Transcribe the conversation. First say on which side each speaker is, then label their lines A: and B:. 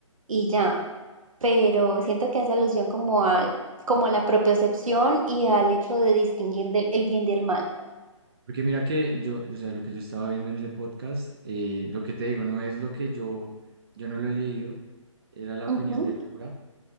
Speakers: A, on the right; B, on the right.
A: y ya. Pero
B: Ok.
A: siento que hace alusión como al, como a la propiocepción y al hecho de distinguir del, el bien del mal.
B: Porque mira que yo, o sea, lo que yo estaba viendo en ese podcast, eh, lo que te digo, no es lo que yo, yo no lo he leído, era la
A: Ujú,
B: opinión del cura,